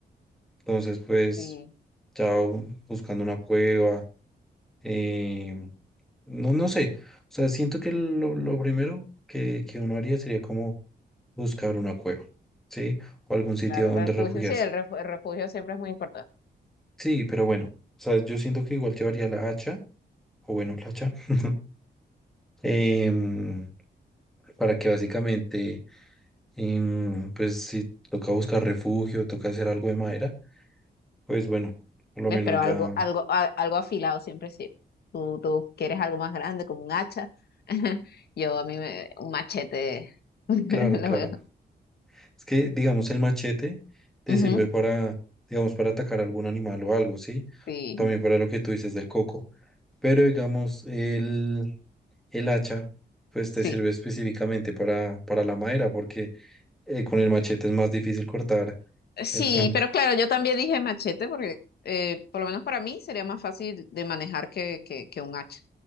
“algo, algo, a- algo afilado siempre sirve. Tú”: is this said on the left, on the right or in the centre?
Left